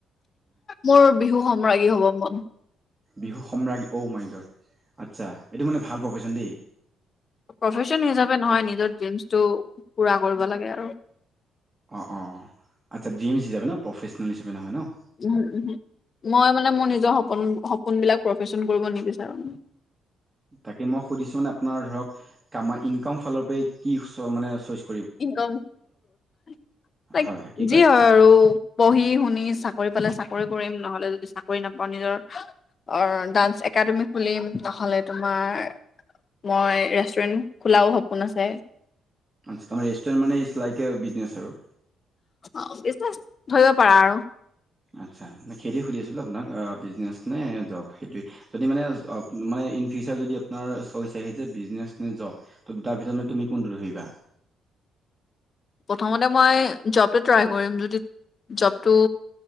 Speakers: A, on the left (about 45°); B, on the right (about 25°).
A: মোৰ বিহু সম্ৰাজ্ঞী হ'ব মন।
B: বিহু সম্ৰাজ্ঞী ঔ মাই গড। আচ্ছা, এইটো মানে ভাল প্ৰফেচন দেই।
A: প্ৰফেচন হিচাপে নহয় নিজৰ ড্ৰিমছটো পুৰা কৰিব লাগে আৰু।
B: অঁ অঁ, আচ্ছা ড্ৰিমছ হিচাপে ন প্ৰফেচন হিচাপে নহয় ন।
A: উ উ, মই মানে মোৰ নিজৰ সপোন সপোনবিলাক প্ৰফেচন কৰিব নিবিচাৰো।
B: তাকে মই সুধিছো তাত আপোনাৰ ধৰক, কাম ইনকাম ফালৰ পৰা কি চৰ মানে চইছ
A: ইনকাম <inaudible>
B: হয় কি কয়
A: যি হয় আৰু। পঢ়ি-শুনি চাকৰি পালে চাকৰি কৰিম, নহলে যদি চাকৰি নাপাওঁ নিজৰ অৰ ডান্স একাডেমি খুলিম, নহ'লে তোমাৰ মই ৰেষ্টুৰেণ্ট খোলাও সপোন আছে।
B: আচ্ছা, তোমাৰ ৰেষ্টৰেণ্ট মানে ইটছ লাইক এ বিজনেছ আৰু।
A: অ বিজনেছ, ধৰিব পাৰা আৰু।
B: আচ্ছা সেইটোৱে সুধি আছিলোঁ আপোনাক আ বিজনেছ নে জব সেইটোৱে। যদি মানে অব মানে ইন ফিউচাৰ যদি আপোনাৰ চইচ আহি যে বিজনেচ নে জব ত দুটাৰ ভিতৰত মানে তুমি কোনটো ধৰিবা?
A: প্ৰথমতে মই জবটো ট্ৰাই কৰিম যদি জবটো